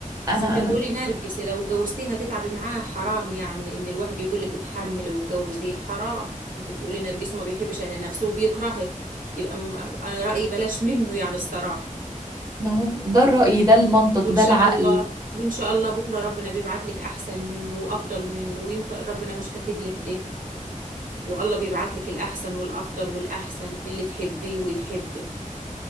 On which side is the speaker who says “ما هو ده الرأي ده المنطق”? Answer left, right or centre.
Right